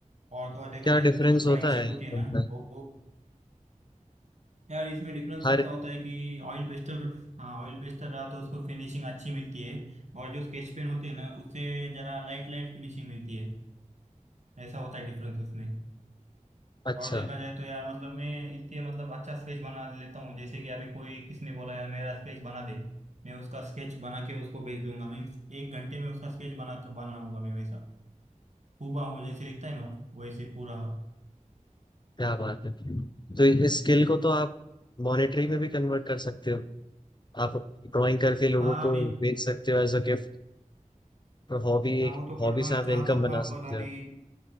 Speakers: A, on the right (about 60°); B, on the left (about 35°).
A: और तो और देखा
B: क्या
A: जाए
B: डिफरेंस
A: तो जो ड्राइंग
B: होता
A: शीट
B: है
A: होती है ना
B: अंदर
A: वो यार इसमें डिफरेंस
B: हर
A: ऐसा होता है कि ऑयल पेस्टल हाँ ऑयल पेस्टल रहा तो उसको फिनिशिंग अच्छी मिलती है और जो स्केच पेन होते हैं ना उससे जरा लाइट लाइट फिनिशिंग मिलती है ऐसा होता है डिफरेंस उसमें
B: अच्छा
A: और देखा जाए तो यार मतलब मैं इससे मतलब अच्छा स्केच बना लेता हूँ जैसे कि अभी कोई किसने बोला यार मेरा स्केच बना दे मैं उसका स्केच बना के उसको भेज दूंगा मीन्स एक घंटे में उसका स्केच बना बनाऊंगा मैं वैसा हूबा हूँ जैसे लिखता है ना वैसे पूरा
B: क्या बात है तो इस स्किल को तो आप मॉनेटरी में भी कन्वर्ट कर सकते हो आप ड्राइंग करके लोगों
A: हाँ
B: को
A: अभी
B: बेच सकते हो एज अ गिफ्ट हॉबी
A: हाँ
B: एक
A: वो तो करना
B: हॉबी से आप
A: चाहता
B: इनकम
A: था
B: बना
A: पर
B: सकते
A: अभी
B: हो